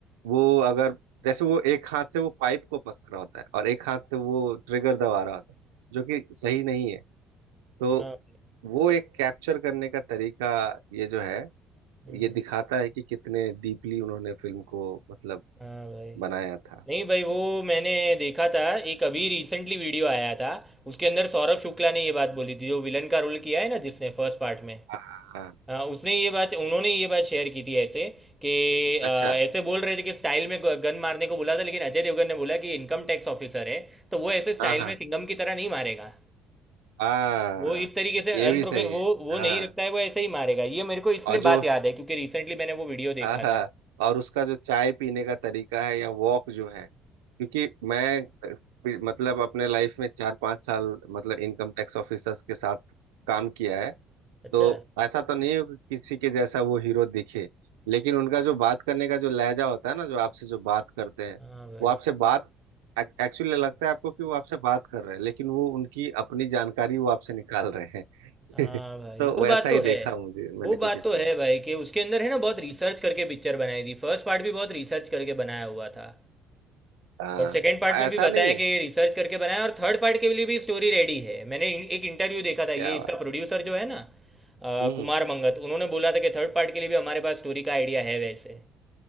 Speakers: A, on the right; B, in the centre.
A: वो अगर जैसे वो एक हाथ से वो पाइप को पकड़ रहा होता है और एक हाथ से वो ट्रिगर दबा रहा होता है जो कि सही नहीं है तो
B: हाँ
A: वो एक कैप्चर करने का तरीका ये जो है
B: हम्म,
A: ये दिखाता है कि कितने डीपली उन्होंने फिल्म को मतलब
B: हाँ भाई
A: बनाया था
B: नहीं भाई वो मैंने देखा था एक अभी रिसेंटली वीडियो आया था उसके अंदर सौरभ शुक्ला ने ये बात बोली थी जो विलन का रोल किया है ना जिसने फर्स्ट पार्ट में
A: हाँ
B: हाँ, उसने ये बात उन्होंने ये बात शेयर की थी ऐसे कि अ,
A: अच्छा
B: ऐसे बोल रहे थे कि स्टाइल में गन मारने को बोला था लेकिन अजय देवगन ने बोला कि इनकम टैक्स ऑफिसर है तो वो ऐसे स्टाइल
A: हाँ हाँ
B: में सिंघम की तरह नहीं मारेगा
A: हाँ
B: वो इस तरीके से
A: ये
B: अनप्रोफे
A: भी सही
B: वो
A: है
B: वो
A: हाँ
B: नहीं रखता है वो ऐसे ही मारेगा ये मेरे को इसलिए
A: और जो
B: बात याद है क्योंकि रिसेंटली मैंने वो वीडियो
A: हाँ
B: देखा था
A: हाँ और उसका जो चाय पीने का तरीका है या वॉक जो है क्योंकि मैं अ, मतलब अपने लाइफ में चार पांच साल मतलब इनकम टैक्स ऑफिसर्स के साथ काम किया है
B: अच्छा
A: तो ऐसा तो नहीं है कि किसी के जैसा वो हीरो दिखे लेकिन उनका जो बात करने का जो लहजा होता है ना जो आपसे जो बात करते हैं
B: हाँ भाई
A: वो आपसे बात एक्चुअली लगता है आपको कि वो आपसे बात कर रहे हैं लेकिन वो उनकी अपनी जानकारी वो आपसे निकाल रहे
B: हाँ
A: हैं <laughs>
B: भाई
A: तो
B: वो
A: वैसा
B: बात तो
A: ही
B: है
A: देखा मुझे मैंने
B: वो
A: कुछ
B: बात
A: इसमें
B: तो है भाई कि उसके अंदर है ना बहुत रिसर्च करके पिक्चर बनाई थी फर्स्ट पार्ट भी बहुत रिसर्च करके बनाया हुआ था
A: हाँ
B: और सेकंड पार्ट में
A: ऐसा
B: भी बताया
A: नहीं है
B: कि रिसर्च करके बनाया और थर्ड पार्ट के लिए भी स्टोरी रेडी है मैंने इन- एक इंटरव्यू देखा था
A: क्या
B: ये इसका
A: बात
B: प्रोड्यूसर जो है ना अ,
A: हम्म
B: कुमार मंगत उन्होंने बोला था कि थर्ड पार्ट के लिए भी हमारे पास स्टोरी का आइडिया है वैसे